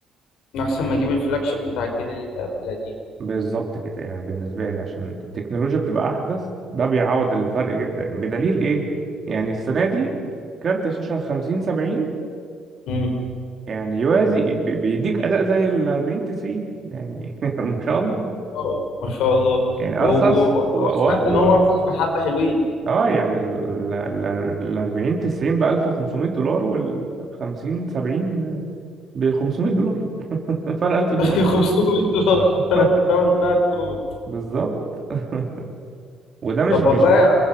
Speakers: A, on the left; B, on the right.
A: احسن ما اجيب الفلاج شيب بتاع الجيل ال- القديم
B: بالظبط كده يعني بالنسبه لي عشان التكنولوجيا بتبقى احدث ده بيعوض الفرق جدا بدليل ايه يعني السنه دي كارت شاشه ال 50 70
A: امم
B: يعني يوازي بي- بيديك اداء زي ال 40 90 يعني <laughs> ما شاء الله
A: اه ما شاء الله
B: يعني ارخص
A: و- و-
B: و, و...
A: وسمعت
B: و...
A: ان هو ارخص بحبه حلوين
B: اه يعني ال ال- ال 40 90 ب 1500 دولار وال 50 70 ب 500 دولار <laughs> فرق 1000 دولار
A: <laughs> 500 دولار
B: <laughs>
A: ثلاث ثمان ثلاث كروت
B: بالظبط <laughs> وده مش
A: طب
B: مش
A: والله